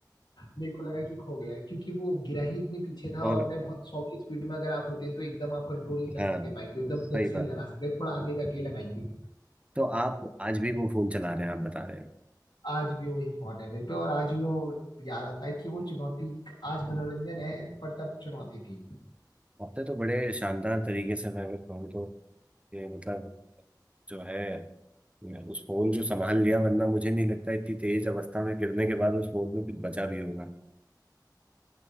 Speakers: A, on the left; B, on the right.
A: मेरे को लगा कि खो गया है, क्योंकि वो गिरा ही इतने पीछे था
B: और
A: और मैं बहुत सौ की स्पीड में अगर आप होते हैं तो एकदम आप कंट्रोल नहीं कर
B: हाँ
A: सकते बाइक को एकदम
B: सही
A: ब्रेक से
B: बात
A: नहीं लगा सकते थोड़ा आगे जाके लगाएंगे
B: तो आप आज भी वो फोन चला रहे हैं आप बता रहे हैं
A: आज भी वही फोन है मेरे पे और आज भी वो याद आता है कि वो चुनौती आज मनोरंजन है पर तब चुनौती थी
B: आपने तो बड़े शानदार तरीके से मैं अगर कहूँ तो ये मतलब जो है मैं उस फोन जो संभाल लिया वरना मुझे नहीं लगता इतनी तेज अवस्था में गिरने के बाद उस फोन में कुछ बचा भी होगा